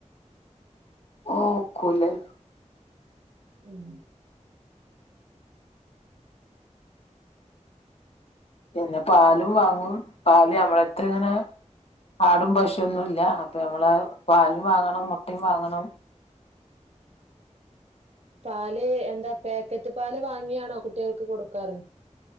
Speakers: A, on the left (about 55°); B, on the right (about 60°).
A: ഒ ക്കൂലലൊ.
B: ഉം
A: പിന്നെ പാലും വാങ്ങും പാല് ഞമ്മളെര്ത്ത് ഇങ്ങനെ ആടും പശൊന്നുംല്ല അപ്പ നമ്മള പാലും വാങ്ങണം മുട്ടയും വാങ്ങണം
B: പാല് എന്താ പാക്കറ്റ് പാല് വാങ്ങിയാണോ കുട്ടികൾക്ക് കൊടുക്കാറ്.